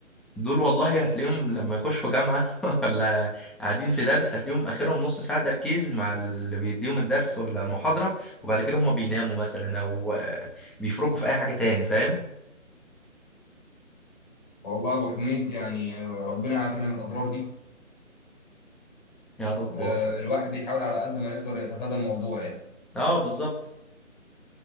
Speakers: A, in the centre; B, on the left.
A: دول والله هتلاقيهم لما يخشوا جامعة <laughs> ولا قاعدين في درس هتلاقيهم آخرهم نص ساعة تركيز مع اللي بيديهم الدرس ولا المحاضرة وبعد كده هم بيناموا مثلا أو آه، بيفركوا في أي حاجة تاني فاهم؟
B: والله يا ابو حميد يعني ربنا يعافينا من الاضرار دي
A: يا رب
B: آه،
A: والله
B: الواحد بيحاول على قد ما يقدر يتفادى الموضوع يعني
A: اه بالظبط